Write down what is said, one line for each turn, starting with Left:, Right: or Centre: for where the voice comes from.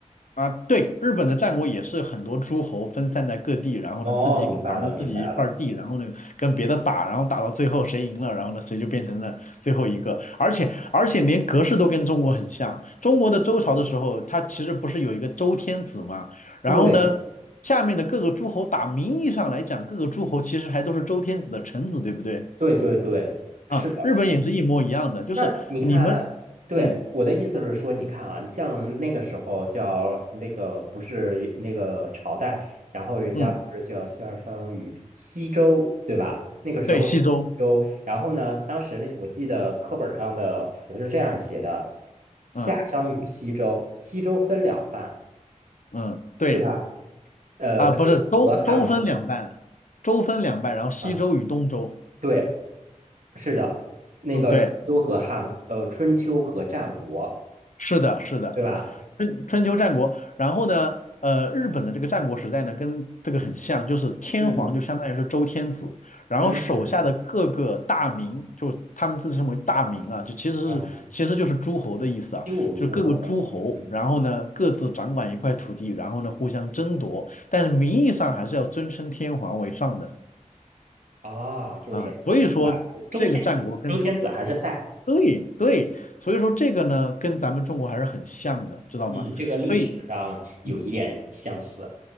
Left: 啊，对，日本的战国也是很多诸侯分散在各地，然后呢自己掌握自己一块儿地，
Right: 哦，明白了，明白了。
Left: 然后呢跟别的打，然后打到最后谁赢了，然后呢谁就变成了最后一个。而且而且连格式都跟中国很像，中国的周朝的时候，它其实不是有一个周天子嘛，然后呢下面的各个诸侯打名义上来讲，
Right: 对，
Left: 各个诸侯其实还都是周天子的臣子，对不对？
Right: 对，对，对，
Left: 啊，
Right: 是的。
Left: 日本也是一模一样的，就是你们，
Right: 那你看，对，
Left: 嗯
Right: 我的意思是说，你看啊，像那个时候叫那个不是那个朝代，然后人家不是叫夏商与西周，
Left: 嗯，
Right: 对吧？那个时候是西周，
Left: 对，西周，
Right: 然后呢，当时那我记得课本上的词是这样写的：夏商与西周，
Left: 嗯
Right: 西周分两半。
Left: 嗯，对。
Right: 对吧？呃，
Left: 啊，
Right: 春秋和汉国
Left: 不是州州分两半，州分两半，然后西周与东周。
Right: 啊，对，是的，那个春秋和汉，
Left: 嗯，对，
Right: 呃，春秋和战国，
Left: 是的，是的，
Right: 对吧？
Left: 春春秋战国。然后呢，呃，日本的这个战国时代呢，跟这个很像，就是天皇就相当于是周天子，
Right: 嗯
Left: 然后手下的各个大名，
Right: 嗯，
Left: 就他们自称为大名啊，就其实是其实就是诸侯的意思啊，
Right: 啊，你七五诸侯，
Left: 就是各个诸侯，
Right: 嗯嗯，
Left: 然后呢各自掌管一块土地，然后呢互相争夺，但是名义上还是要尊称天皇为上的。
Right: 啊，就是
Left: 啊，所以说这个战国跟
Right: 啊，周天子，周天子还是在，
Left: 对对，所以说这个呢，跟咱们中国还是很像的，知道吗？
Right: 嗯，这个历史上有一点相似。
Left: 所以，嗯。